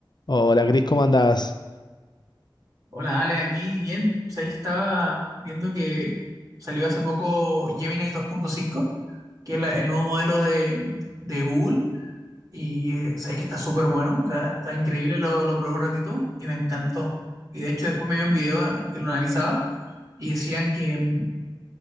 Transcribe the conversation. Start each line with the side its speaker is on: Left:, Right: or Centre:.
Left: Hola, Cris, ¿cómo andás?
Right: Hola, Ale, aquí bien. Sabéis que estaba viendo que salió hace poco Gemini dos punto cinco, que es la- el nuevo modelo de, de Google, y eh, sabéis que está súper bueno, o sea, está increíble, lo, lo probé un ratito y me encantó. Y de hecho después me vi un video ah, que lo analizaba y decían que, mm,